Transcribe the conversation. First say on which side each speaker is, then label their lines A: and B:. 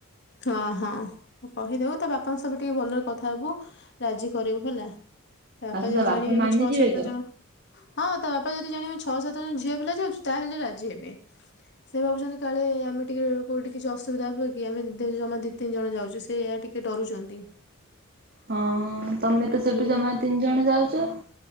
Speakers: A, on the left (about 50°); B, on the right (about 45°).
A: ହଁ ହଁ କହିଦେବୁ ତା ବାପାଙ୍କ ସବୁ ଟିକେ ଭଲରେ କଥା ହବୁ ରାଜି କରରେବୁ ହେଲା। ତା ବାପା
B: ଆଉ ସେ
A: ଯଦି
B: ତା
A: ଜାଣିବେ ଆମେ
B: ମାନିଯିବେ
A: ଛଅ ସାତ
B: ତ।
A: ଜଣ ହଁ ତା ବାପା ଯଦି ଜାଣିବେମେ ଛଅ ସାତ ଝିଅ ପିଲା ଯାଉଛୁ ତାହେଲେ ରାଜି ହେବେ। ସେ ଭାବୁଛନ୍ତି କାଳେ ଆମେ ଟିକେ କୋଉଠି କିଛି ଅସୁବିଧା ହୁ କି କି ଆମେ ଜମା ଦି ତିନି ଜଣ ଯାଉଛୁ ସେ ଏହା ଟିକେ ଡରୁଛନ୍ତି।
B: ହଁ ତମେ ତ ସେଠୁ
A: ହୁଁ
B: ଜମା ତିନି ଜଣ ଯାଉଛ।